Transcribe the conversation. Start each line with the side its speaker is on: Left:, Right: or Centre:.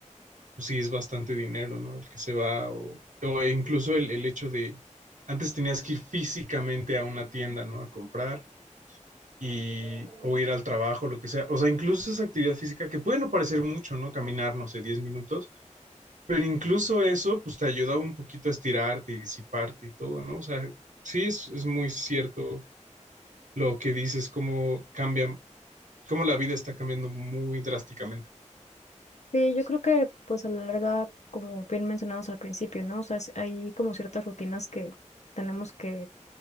Right: pues sí es bastante dinero, ¿no? El que se va, o, o incluso el, el hecho de, antes tenías que ir físicamente a una tienda, ¿no? A comprar, y, o ir al trabajo, lo que sea. O sea, incluso esa actividad física, que puede no parecer mucho, ¿no? Caminar, no sé, 10 minutos, pero incluso eso, pues te ayuda un poquito a estirarte y disiparte y todo, ¿no? O sea, sí es, es muy cierto lo que dices, cómo cambia, cómo la vida está cambiando muy drásticamente.
Left: Sí, yo creo que pues a la larga, como bien mencionados al principio, ¿no? O sea, es- hay como ciertas rutinas que tenemos que,